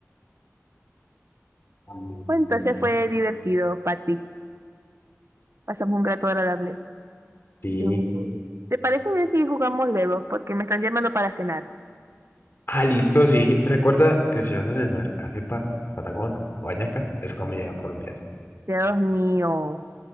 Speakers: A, on the left; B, on the right.
A: Mm,
B: Bueno, entonces
A: Listo.
B: fue divertido, Patrick. Pasamos un rato agradable.
A: Sí.
B: Eh, ¿te parece bien si jugamos luego? Porque me están llamando para cenar.
A: Ah, listo, sí. Recuerda que si vas a cenar arepa, patagón o hallaca, es comida colombiana.
B: Dios mío.